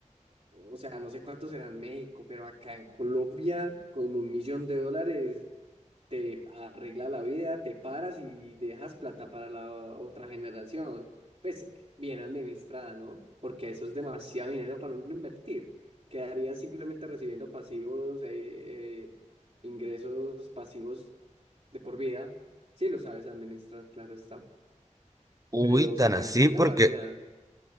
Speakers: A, on the right; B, on the right.
A: o sea, no sé cuántos serán en México, pero acá en Colombia, con un millón de dólares, te arregla la vida, te paras y dejas plata para la otra generación. Pues bien administrada, ¿no? Porque eso es demasiado dinero para uno invertir. Quedarías simplemente recibiendo pasivos, eh, eh, ingresos pasivos de por vida. Sí lo sabes administrar, claro está.
B: Uy,
A: Pero
B: tan
A: se te
B: así,
A: arregla
B: porque
A: la vida.